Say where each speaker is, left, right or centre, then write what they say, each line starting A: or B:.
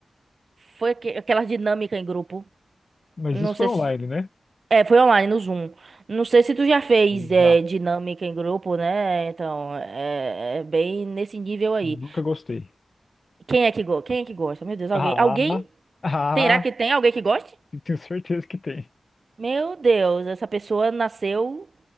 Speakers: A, on the right (about 55°); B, on the left (about 45°).
A: Foi aque- aquela dinâmica em grupo.
B: Mas
A: Não
B: isso
A: sei
B: foi online,
A: se.
B: né?
A: É, foi online, no Zoom. Não sei se tu já fez
B: Já.
A: é, dinâmica em grupo, né? Então, é, é bem nesse nível aí.
B: Nunca gostei.
A: Quem é que, go quem é que gosta? Meu Deus, alguém.
B: Ah,
A: Alguém?
B: ah,
A: Terá que tem alguém que goste?
B: tenho certeza que tem.
A: Meu Deus, essa pessoa nasceu